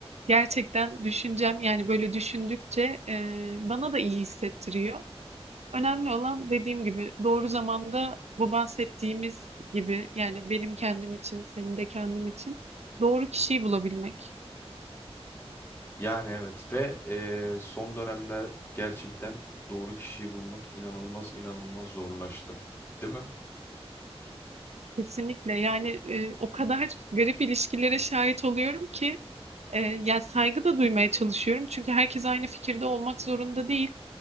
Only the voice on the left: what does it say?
Yani evet ve eee, son dönemde gerçekten doğru kişiyi bulmak inanılmaz inanılmaz zorlaştı. Değil mi?